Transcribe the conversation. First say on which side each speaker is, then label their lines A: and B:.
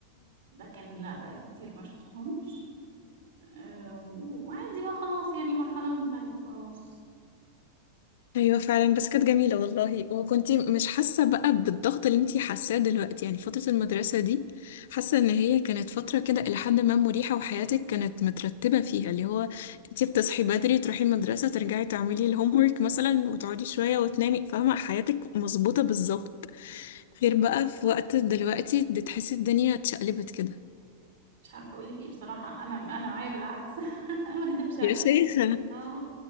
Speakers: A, on the right; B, on the left.
A: لكن لا بقالي كتير ما شفتهمش آه، وعادي بقى خلاص يعني مرحلة وانتهت خلاص
B: ايوه فعلا بس كانت جميله والله وكنتي مش حاسه بقى بالضغط اللي انتي حاساه دلوقتي يعني فتره المدرسه دي حاسه ان هي كانت فتره كده الى حد ما مريحه وحياتك كانت مترتبه فيها اللي هو انتي بتصحي بدري تروحي المدرسه ترجعي تعملي الهوم ورك مثلا وتقعدي شويه وتنامي فاهمه حياتك مظبوطه بالظبط غير بقى في وقت دلوقتي بتحسي الدنيا اتشقلبت كده
A: مش عارفة اقول لك ايه بصراحة انا انا معايا بالعكس <laughs> ما اكدبش عليكي
B: يا شيخة
A: اه